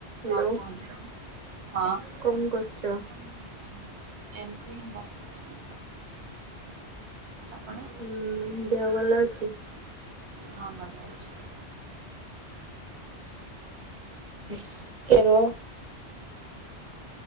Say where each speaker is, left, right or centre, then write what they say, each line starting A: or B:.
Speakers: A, on the right (about 45°); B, on the right (about 80°).
A: ହ୍ୟାଲୋ
B: ହଁ କୁହନ୍ତ ହଁ।
A: କଣ କରୁଛ?
B: ଏମିତି ହିଁ ବସିଛି। ଆପଣ?
A: ହୁଁ ଦେହ ଭଲ ଅଛି?
B: ହଁ ଭଲ ଅଛି।
A: ଟିକେ ରୁହ।